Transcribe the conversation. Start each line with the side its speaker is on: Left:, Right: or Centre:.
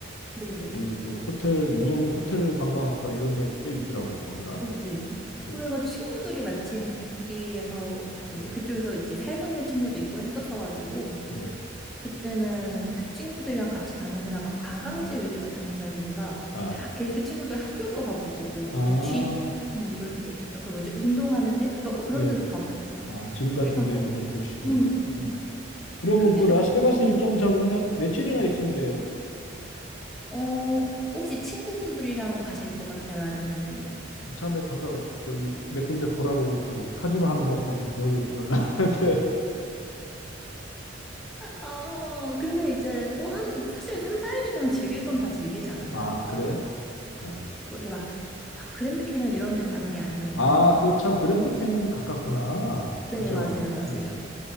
Centre: 네, 네,
Left: 거기 그 호텔 유명 호텔 관광학과 이런 데 꽤 있더라고요, 거기가.
Centre: 어, 네.
Left: 예.
Centre: 그래가지고 친구들이 마침 거기에서 뭐
Left: 예.
Centre: 이제 그쪽에서 이제 살고 있는 친구도 있고 했었어가지고
Left: 예.
Centre: 그때는 그 친구들이랑 같이 다니느라 막 관광지 위주로 다닌다기보다
Left: 아.
Centre: 이제 학- 걔- 그 친구들 학교도 가보고 뭐
Left: 아,
Centre: 그냥 gym 음, 뭐 이렇게 그 뭐지 운동하는데 그 그런
Left: 네.
Centre: 데도 가보고
Left: 아, 짐 같은
Centre: 약간
Left: 데
Centre: 그런
Left: 이런 데도 쉬고
Centre: 음
Left: 그랬구나. 그러면
Centre: 그게
Left: 그
Centre: 좀
Left: 라스베가스 일정 잡으면 며칠이나 있으면 돼요?
Centre: 어, 혹시 친구분들이랑 가실 것 같아요? 아니면은,
Left: 이참에 가서 저기 몇 군데 돌아보고 저기 카지노 하는 법도 좀 배워보고 그러려고 하는데
Centre: 어, 근데 이제 뭐 한, 사실 3, 4일이면 즐길 건 다 즐기지
Left: <laughs>
Centre: 않을까요?
Left: 아 그래? 어.
Centre: 뭐 이렇게 막, 막 그랜드 캐년 이런 데 가는 게 아니면은.
Left: 아, 그 참 그랜드 캐니언이 가깝구나.
Centre: 네,
Left: 그죠?
Centre: 맞아요, 맞아요.
Left: 예.